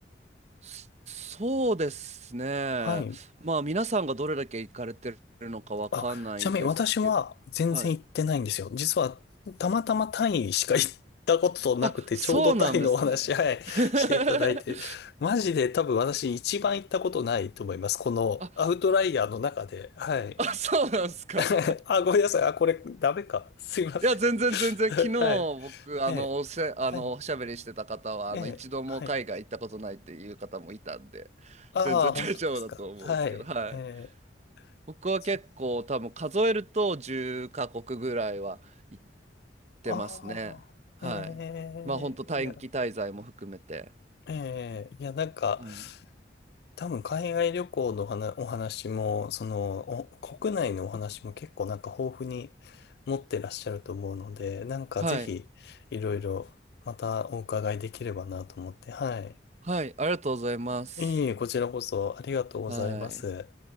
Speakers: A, on the right; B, on the left.
A: そそうですね。
B: はい。
A: まあ皆さんがどれだけ行かれてるのかわかんないですけど、
B: あ、ちなみに、私は全然行ってないんですよ。
A: はい。
B: 実は、たまたまタイしか行ったことなくて、
A: あ、そうなんですね。
B: ちょうどタイのお話、はい、
A: <laughs>
B: していただいて、マジで多分私一番行ったことないと思います。この、
A: あ、
B: アウトライヤーの中で。はい。
A: あ、そうなんですか。
B: <laughs> あ、ごめんなさい。あ、これ、ダメか。すいません。
A: いや、全然全然、昨日僕、
B: <laughs> はい。
A: あの、
B: ええ、
A: おせ、あの、
B: はい。
A: おしゃべりしてた方は、あの、
B: ええ、
A: 一度も海外行ったことないっていう方もいたんで、
B: はい。ああ、
A: 全然
B: 本当ですか。
A: <laughs> 大丈夫だと思うんですけど、
B: はい。
A: はい。
B: ええ、
A: 僕は結構多分数えると10カ国ぐらいは行っ
B: そう。
A: てますね。
B: ああ、
A: はい。
B: ええ、
A: まあ、本当短期滞在も含めて。
B: いや、ええ、いや、なんか、
A: うん。
B: 多分海外旅行の話お話も、その、お国内のお話も結構なんか豊富に持ってらっしゃると思うので、なんかぜひ、
A: はい。
B: いろいろまたお伺いできればなと思って、はい。
A: はい。ありがとうございます。
B: いえいえ、こちらこそありがとうございます。
A: はい。